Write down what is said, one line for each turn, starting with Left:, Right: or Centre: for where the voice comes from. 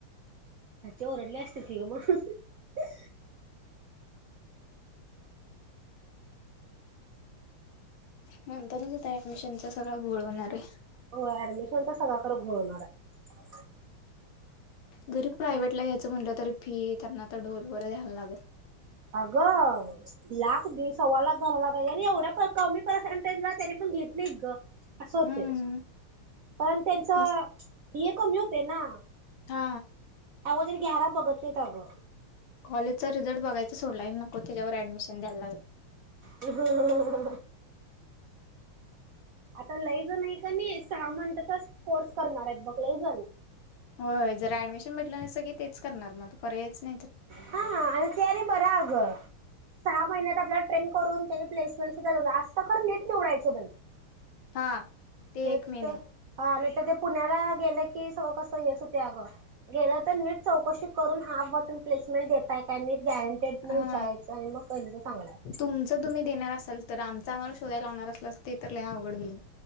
Right: - ओरडल्या असतील की गं म हाह हाह
Left: म्हणतानाच होता ऍडमिशनचा सगळा घोळ होणार आहे.
Right: हो ऍडमिशनचा सगळा खरं घोळ होणारय
Left: जरी प्रायवेटला घ्यायचं म्हटलं तरी फी त्यांना तर ढोल वगैरे द्यायला लागेल.
Right: अगं लाख दि सव्वा लाख पाहिजे आणि एवढ्या प कमी पर्सेंटेजला त्यानी पण घेत नाही गं असं होतेय,
Left: हम्म
Right: पण त्यांच
Left: तेच
Right: हे कमी होते ना?
Left: हा
Right: अगोदर घ्यायला बघत नाहीत अगं.
Left: कॉलेजचा रिझल्ट बघायच. सोडलायही नको त्याच्यावर ॲडमिशन द्यायला लागला.
Right: हम. आता लैजण आहे कनी सहा मंंथचाच कोर्स करणार आहेत बघ लैजण
Left: होय जरा ऍडमिशन भेटलं सगळी तेच करणार मग पर्यायच नाही तर
Right: हा आणि ते आणि बरा अगं. सहा महिन्यात आपल्याला ट्रेन करून त्यांनी प्लेसमेंट सुद्धा असतं खरं नीट निवडायचं बाई
Left: हा ते
Right: नेट
Left: एक महिने
Right: तर हा नाही तर ते पुण्याला गेलं की सगळं कसं हेच होत अगं गेलं तर नीट चौकशी करून हा ब प्लेसमेंट देताय काय नीट गॅरंटेड न
Left: हा
Right: विचारायचं आणि मग केलं तर चांगलं आहे.
Left: तुमचं तुम्ही देणार असाल तर आमचं आम्हाला लावणार असलास ते तर लय अवघड होईल.